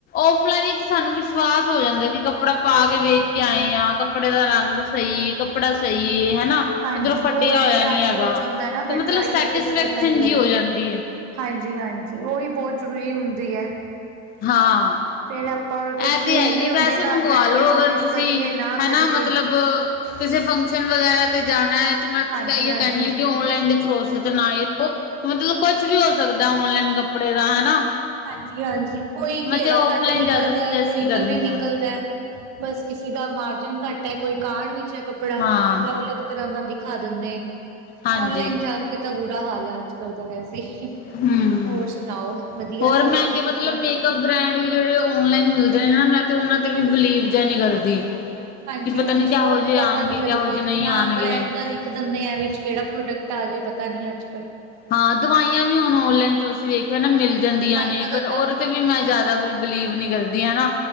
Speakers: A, on the left; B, on the right.
A: ਔਫਲਾਈਨ ਸਾਨੂੰ ਵਿਸ਼ਵਾਸ ਹੋ ਜਾਂਦਾ, ਕਿ ਕੱਪੜਾ ਪਾ ਕੇ ਵੇਖ ਕੇ ਆਏ ਆ, ਕੱਪੜੇ ਦਾ ਰੰਗ ਸਹੀ। ਏ, ਕੱਪੜਾ ਸਹੀ ਹੈ ਹਨਾ।
B: ਹਾਂਜੀ,
A: ਕਿਧਰੋਂ ਫਟਿਆ
B: ਉਹ ਹੈ
A: ਹੋਇਆ
B: ਟਰਾਈ
A: ਨੀ ਹੈਗਾ
B: ਹੋ ਜਾਂਦਾ ਨਾ, ਫਿਰ
A: ਤੇ ਮਤਲਬ
B: ਟਰਾਈ
A: ਸੈਟਿਸਫੈਕਸ਼ਨ
B: ਹੋ ਕੇ ਤੇ, ਪਤਾ ਨਹੀ ਲੱਗਦਾ
A: ਜੀ ਹੋ ਜਾਂਦੀ ਹੈ
B: ਹਾਂਜੀ-ਹਾਂਜੀ ਉਹੀ ਬਹੁਤ ਜ਼ਰੂਰੀ ਹੁੰਦੀ ਹੈ।
A: ਹਾਂ।
B: ਫੇਰ ਆਪਾਂ ਕਨਫਿਊਜ
A: ਐ ਤੇ ਹੈ ਹੀ
B: ਨਹੀਂ
A: ਏ।
B: ਹੁੰਦੇ
A: ਵੈਸੇ
B: ਘਰ
A: ਮੰਗਵਾ
B: ਬੈਠ ਕੇ
A: ਲੋ,
B: ਵਾਪਿਸ
A: ਅਗਰ ਤੁਸੀਂ
B: ਕਰੀਏ ਨਾ
A: ਹਨਾ
B: ਕਰੀਏ।
A: ਮਤਲਬ ਕਿਸੇ ਫੰਕਸ਼ਨ ਵਗੈਰਾ ਤੇ ਜਾਣਾ ਹੈ, ਤੇ ਮੈਂ
B: ਹਾਂਜੀ
A: ਕਹਿੰਦੀ
B: ਹਾਂਜੀ
A: ਔਨਲਾਇਨ ਦੇ ਭਰੋਸੇ ਤੇ ਨਾ ਹੀ ਉਹ ਮਤਲਬ, ਕੁਛ ਵੀ ਹੋ ਸਕਦਾ, ਔਨਲਾਈਨ ਕੱਪੜੇ ਦਾ ਹਨਾ
B: ਹਾਂਜੀ--ਹਾਂਜੀ। ਕੋਈ
A: ਮੈਂ
B: ਘੇਰਾ
A: ਤੇ ਔਫਲਾਈਨ
B: ਘੱਟ ਨਿਕਲਦਾ,
A: ਜ਼ਿਆਦਾ ਸੁਜੈਸਟ
B: ਕੋਈ
A: ਕਰਨੀ
B: ਕਿਵੇਂ ਨਿਕਲਦਾ
A: ਆ
B: ਬੱਸ, ਕਿਸੇ ਦਾ ਮਾਰਜਨ ਘੱਟ ਹੈ, ਕੋਈ ਕਾਣ ਵਿੱਚ ਹੈ ਕੱਪੜਾ,
A: ਹਾਂ
B: ਅਲੱਗ- ਅਲੱਗ ਕਿਸ ਤਰ੍ਹਾਂ ਦਾ ਦਿਖਾ ਦਿੰਦੇ,
A: ਹਾਂਜੀ
B: ਔਨਲਾਈਨ ਜਾ ਕੇ ਤਾਂ ਬੁਰਾ ਹਾਲ ਹੈ, ਅੱਜ- ਕੱਲ ਤਾਂ ਵੈਸੇ ਹੀ
A: ਹਮ
B: ਹੋਰ ਸੁਣਾਓ? ਵਧੀਆ
A: ਹੋਰ
B: ਸਭ
A: ਮਹਿੰਗੇ
B: ਠੀਕ
A: ਮਤਲਬ
B: ਹੈ।
A: ਇਕ ਬ੍ਰਡ ਵੀ ਜਿਹੜੇ ਔਨਲਾਈਨ ਮਿਲਦੇ ਨੇ ਨਾ, ਮੈਂ ਤੇ ਉਹਨਾਂ ਤੇ ਵੀ, ਬਿਲੀਵ ਜਿਹਾ ਨਈ ਕਰਦੀ
B: ਹਾਂਜੀ-ਹਾਂਜੀ
A: ਕਿ ਪਤਾ ਨੀ ਕਿਹੋ
B: ਉਹ
A: ਜਿਹੇ
B: ਵੀ ਪਤਾ
A: ਆਉਣਗੇ
B: ਨੀ ਲੱਗਦੇ,
A: ਕਿਹੋ ਜਿਹੇ ਨਹੀਂ
B: ਨਾਮ
A: ਆਉਣਗੇ
B: ਬ੍ਰੈਂਡ ਦਾ ਲਿਖ ਇੱਕ ਦਿਨ ਵਿੱਚ ਕਿਹੜਾ ਪ੍ਰੋਡਕਟ ਆ ਜਾਏ ਪਤਾ ਨਈ ਅੱਜ- ਕੱਲ
A: ਹਾਂ, ਦਵਾਈਆਂ ਵੀ ਹੁਣ ਓਨਲਾਈਨ ਤੋਂ ਅਸੀਂ ਵੇਖ ਹਨਾ, ਮਿਲ
B: ਹਾਂ
A: ਜਾਂਦੀਆਂ
B: ਦਵਾਈਆਂ
A: ਨੇ
B: ਦਾ
A: ਬਟ ਉਹਨਾਂ
B: ਤਾਂ
A: ਤੇ ਵੀ ਮੈਂ, ਜ਼ਿਆਦਾ ਕੋਈ ਬਿਲੀਵ ਨੀ ਕਰਦੀ ਹਨਾ